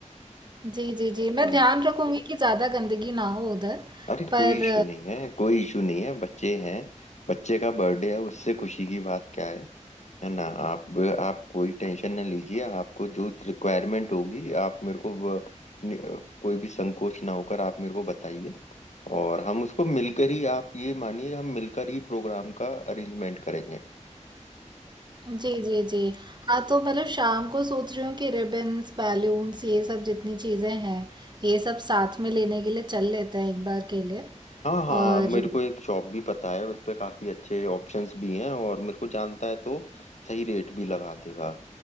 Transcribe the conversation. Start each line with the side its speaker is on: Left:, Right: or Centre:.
Right: जी जी जी मैं
Left: है
Right: ध्यान रखूंगी कि ज़्यादा गंदगी ना हो उधर
Left: अरे कोई
Right: पर
Left: इशू नहीं है कोई इशू नहीं है बच्चे हैं बच्चे का बर्थडे है उससे खुशी की बात क्या है है ना आप आप कोई टेंशन ना लीजिए आपको जो रिक्वायरमेंट होगी आप मेरे को वो- नि- कोई भी संकोच ना होकर आप मेरे को बताइए और हम उसको मिलकर ही आप ये मानिए हम मिलकर ही प्रोग्राम का अरेंजमेंट करेंगे
Right: जी, जी, जी। हाँ, तो मतलब शाम को सोच रही हूँ कि रिबन्स, बैलून्स ये सब जितनी चीज़ें हैं, ये सब साथ में लेने के लिए चल लेते हैं एक बार के लिए।
Left: हाँ हाँ
Right: और
Left: मेरे को एक शॉप भी पता है उस पे काफी अच्छे ऑप्शंस भी हैं और मेरे को जानता है तो सही रेट भी लगा देगा